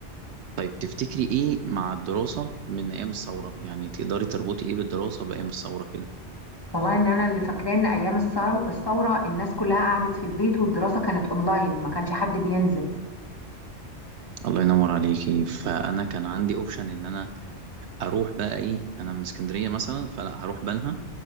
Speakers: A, on the right; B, on the left.
A: طيب تفتكري ايه مع الدراسة من ايام الثورة؟ يعني تقدري تربطي ايه بالدراسة بايام الثورة كده؟
B: والله ان انا اللي فاكراه ان ايام الثور- الثوره الناس كلها قعدت في البيت والدراسه كانت اونلاين ما كانش حد بينزل
A: الله ينور عليكي فانا كان عندي اوبشن ان انا اروح بقى ايه انا من اسكندرية مثلا فلا هروح بنها